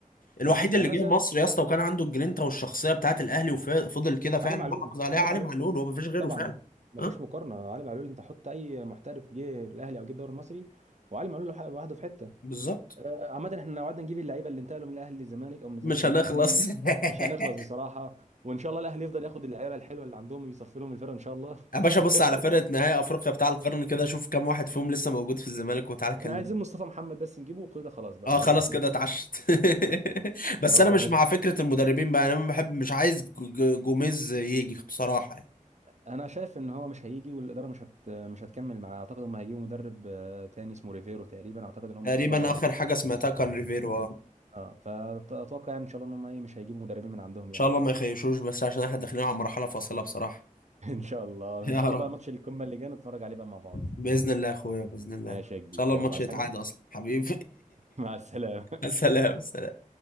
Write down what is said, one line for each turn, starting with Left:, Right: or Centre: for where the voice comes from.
Right: صح
Left: الوحيد
Right: يعني
Left: اللي
Right: مثلا
Left: جه مصر يا اسطى وكان عنده الجرينتا والشخصيه بتاعت الاهلي وفضل كده فعلا
Right: علي معلول
Left: محافظ عليها
Right: علي
Left: علي
Right: معلول
Left: معلول هو ما فيش غيره
Right: طبعا
Left: فعلا
Right: مفيش
Left: ها
Right: مقارنه علي معلول انت حط اي محترف جه الاهلي او جه الدوري المصري وعلي معلول لوحده لوحده في حته
Left: بالظبط
Right: آه، عامه احنا لو قعدنا نجيب اللعيبه اللي انتقلوا من الاهلي للزمالك او من الزمالك
Left: مش هنخلص
Right: للاهلي
Left: <laughs>
Right: مش هنخلص بصراحه وان شاء الله الاهلي يفضل ياخد اللعيبه الحلوه اللي عندهم ويصفي لهم الفرقه ان شاء الله
Left: يا باشا بص
Right: <laughs>
Left: على فرقة نهائي أفريقيا بتاع القرن كده شوف كام واحد فيهم لسه موجود في الزمالك وتعالى كلمني
Right: احنا عايزين مصطفى محمد بس نجيبه وكده خلاص بقى
Left: اه
Right: مش
Left: خلاص
Right: عايزين حد
Left: كده
Right: تاني
Left: اتعشت <laughs> بس
Right: غلطان
Left: أنا مش مع فكرة المدربين بقى أنا ما بحب مش عايز ج- ج- جوميز يجي بصراحة يعني.
Right: انا شايف ان هو مش هيجي والاداره مش هت... مش هتكمل معاه اعتقد هم هيجيبوا مدرب آه، تاني اسمه ريفيرو تقريبا اعتقد ان هم
Left: تقريبا
Right: استقروا عليه
Left: آخر
Right: خلاص
Left: حاجة سمعتها كان ريفيرو اه إن
Right: اه فاتوقع يعني ان شاء الله ان هم ايه مش هيجيبوا مدربين من عندهم
Left: شاء
Right: يعني
Left: الله ما يخيشوش بس عشان احنا داخلين على مرحلة فاصلة بصراحة
Right: ان شاء الله
Left: <laughs> يا
Right: ان شاء الله
Left: رب
Right: بقى ماتش القمه اللي جاي نتفرج عليه بقى مع بعض
Left: بإذن الله يا أخويا بإذن الله
Right: ماشي
Left: إن
Right: يا كبير
Left: شاء الله
Right: يلا
Left: الماتش
Right: عايز
Left: يتعاد
Right: حاجه
Left: أصلا حبيبي
Right: <laughs> مع السلامه
Left: <laughs> سلام سلام